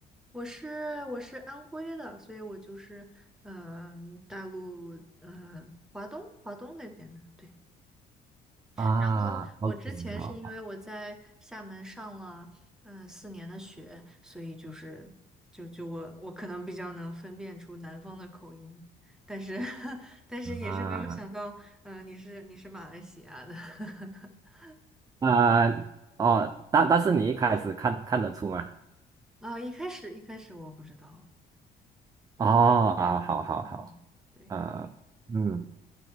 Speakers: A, in the centre; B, on the right (about 20°).
A: 我是我是安徽的，所以我就是嗯、大陆嗯、华东华东那边的对。
B: 啊？OK，
A: 然后我之前是因为我在厦门上了嗯、
B: 好
A: 四年的学，所以就是就就我我可能比较能分辨出南方的口音，但是 <laughs> 但是也是没有想到，
B: 啊
A: 嗯、你是你是马来西亚的 <laughs>
B: 啊哦，但但是你一开始看看得出吗？
A: 啊、一开始一开始我不知道，
B: 哦啊，好好好，
A: 嗯，对。
B: 呃嗯